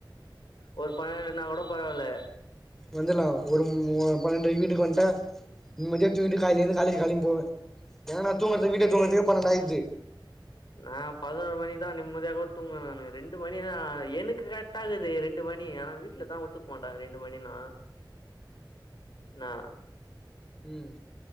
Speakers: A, on the left; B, in the centre.
A: ஒரு பன்னெண்டு இன்னா கூட பரவாயில்ல
B: வந்துலா ஒரு முஅ பன்னெண்ரைக்கு வீட்டுக்கு வன்டா இம்மதியா தூங்கிட்டு காலேல இருந்து காலேஜ் கிளம்பி போவ ஏனா
A: ம்
B: நா தூங்கறது விட்ல போய் தூங்கறதுக்கு பன்னெண்டு ஆயிது
A: நா பதினொரு மணிதா நிம்மதியா கூட துங்குவ நானு ரெண்டு மணிதா ஆ எனக்கு கரெக்டா இக்குது ரெண்டு மணி ஆனா வி ட்ல ஒத்துக்க மாட்டாங்க ரெண்டு மணினா நா
B: உம்